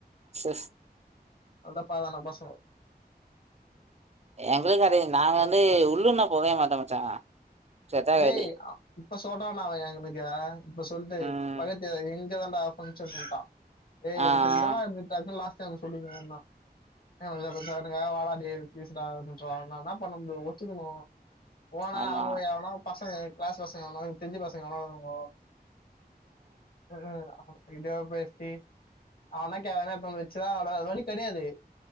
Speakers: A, on the right; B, on the left.
A: சிஸ்
B: அல்தா பாக்லானா பசகோ
A: எங்களுக்கு அதே நாங்க வந்து உள்ளூர்னா போகவே மாட்ட மச்சா செட் ஆகாது
B: டேய் அ இப்ப சொல்றான்டா அவ ஏங் கணுக்கே இப்ப சொல்ட்டு
A: ம்
B: பக்கத்து ஏயா இங்தாண்டா ஃபங்ஷனுன்டா ஏய்
A: ஆ ஆ
B: இங்கிந்தாடா எப்பிம் கசில லாச்ட் டைம் சொல்லுங்ககன்னா <unintelligible> வாடா டேய் ப்ளீஸ்டான்றா நா இன்னா பண்ண முடியு ஒத்துகுனு போனா
A: ஆமா
B: அவுங்க எவனா பசங்க கிளாஸ் பசங்க எவனாது தெஞ்ச பசங்க எவனா வருவானுங்கோ ம் ம் கிடோ பேசி அவனா <unintelligible> வேற வழி கெடையாது